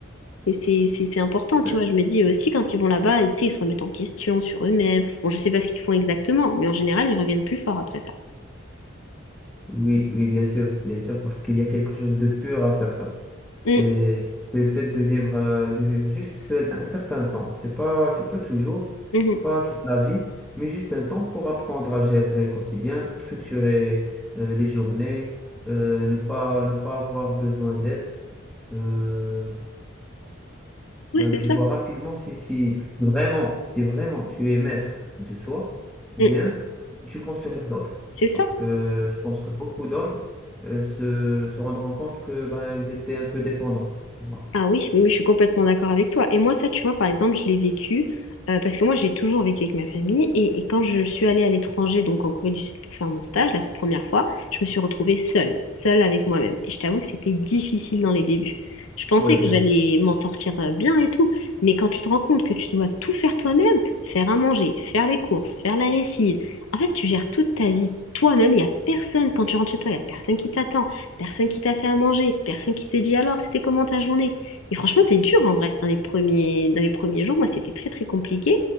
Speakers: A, on the left (about 80°); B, in the centre.
A: Et c'est c'est- c'est important, tu
B: Ouais.
A: vois. Je me dis aussi, quand ils vont là-bas, tu sais, ils se remettent en question sur eux-mêmes. Bon, je sais pas ce qu'ils font exactement, mais en général, ils reviennent plus forts après ça.
B: Oui, oui, bien sûr, bien sûr, parce qu'il y a quelque chose de pur à faire ça. C'est,
A: Mm,
B: c'est le fait de vivre, euh, de vivre juste seul un certain temps. C'est pas, c'est pas toujours,
A: mhm.
B: pas toute la vie, mais juste un temps pour apprendre à gérer le quotidien, structurer, euh, les journées, euh, ne pas, ne pas avoir besoin d'aide. Euh,
A: Oui,
B: Ben,
A: c'est
B: tu
A: ça.
B: vois rapidement si, si vraiment, si vraiment tu es maître de soi ou
A: Mm,
B: bien tu comptes sur les autres.
A: c'est ça.
B: Parce que je pense que beaucoup d'hommes euh, se, se rendront compte que ben, ils étaient un peu dépendants, tu vois.
A: Ah oui, oui, oui, je suis complètement d'accord avec toi. Et moi, ça, tu vois, par exemple, je l'ai vécu euh, parce que moi, j'ai toujours vécu avec ma famille. Et, et quand je suis allée à l'étranger, donc en Corée du Sud pour faire mon stage, la toute première fois, je me suis retrouvée seule, seule avec moi-même. Et je t'avoue que c'était difficile dans les débuts. Je pensais
B: Oui, bien.
A: que j'allais m'en sortir euh, bien et tout, mais quand tu te rends compte que tu dois tout faire toi-même, faire à manger, faire les courses, faire la lessive, en fait, tu gères toute ta vie toi-même. Il n'y a personne, quand tu rentres chez toi, il n'y a personne qui t'attend, personne qui t'a fait à manger, personne qui te dit alors, c'était comment ta journée? Et franchement, c'est dur en vrai. Dans les premiers, dans les premiers jours, moi, c'était très, très compliqué.